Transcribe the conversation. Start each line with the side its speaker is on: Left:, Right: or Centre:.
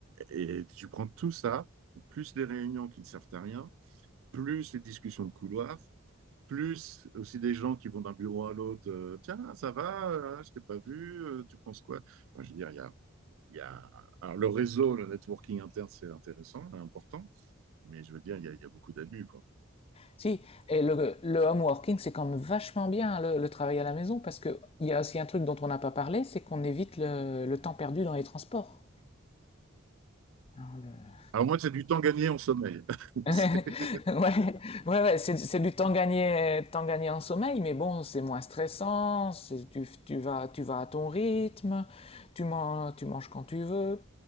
Right: Et tu prends tout ça, plus les réunions qui ne servent à rien, plus les discussions de couloir, plus aussi des gens qui vont d'un bureau à l'autre. euh, Tiens, ça va, euh, je t'ai pas vu, euh, tu penses quoi? Enfin, je veux dire, il y a. il y a- Alors, le réseau, le networking interne, c'est intéressant, important, mais je veux dire, il y a, il y a beaucoup d'abus, quoi.
Left: Si, et le, le home working, c'est quand même vachement bien hein, le, le travail à la maison parce que il y a aussi un truc dont on n'a pas parlé, c'est qu'on évite le, le temps perdu dans les transports. Hein, le-
Right: Alors, moi, c'est du temps gagné en sommeil. <laughs>
Left: <laughs> Ouais, ouais, ouais, c'est, c'est du temps gagné, temps gagné en sommeil, mais bon, c'est moins stressant, c'est- tu, tu vas, tu vas à ton rythme, tu manges, tu manges quand tu veux.